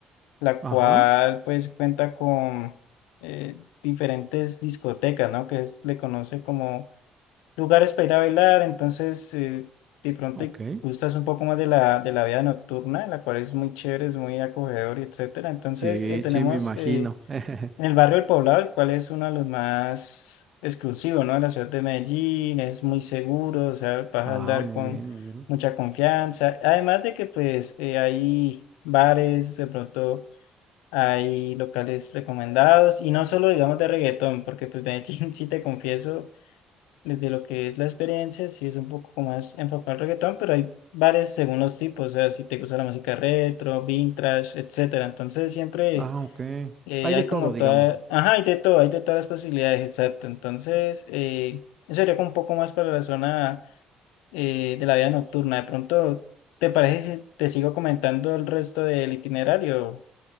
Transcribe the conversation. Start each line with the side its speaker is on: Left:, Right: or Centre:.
Left: la
Right: Ajá,
Left: cual pues cuenta con eh, diferentes discotecas, ¿no? Que es- le conoce como lugares para ir a bailar, entonces eh, de pronto
Right: ok.
Left: te gustas un poco más de la, de la vida nocturna, la cual es muy chévere, es muy acogedor, y etcétera. Entonces
Right: Sí,
Left: eh, tenemos...
Right: sí, me imagino.
Left: eh,
Right: <laughs>
Left: El barrio del Poblado, el cual es uno de los más exclusivos, ¿no? De la ciudad de Medellín, es muy seguro, o sea, vas
Right: Ah,
Left: a andar
Right: muy
Left: con
Right: bien, muy bien.
Left: mucha confianza. Además de que, pues, eh, hay bares, de pronto hay locales recomendados, y no solo, digamos, de reggaetón, porque, pues, Medellín, <laughs> sí te confieso, desde lo que es la experiencia, sí es un poco como más enfocado al reggaetón, pero hay bares según los tipos, o sea, si te gusta la música retro, vintage, etcétera. Entonces, siempre.
Right: Ah, ok.
Left: Eh,
Right: Hay de
Left: hay
Right: todo,
Left: como
Right: digamos.
Left: toda, ajá, hay de todo, hay de todas las posibilidades, exacto. Entonces, eh, eso sería como un poco más para la zona eh, de la vida nocturna. De pronto, ¿te parece si te sigo comentando el resto del itinerario,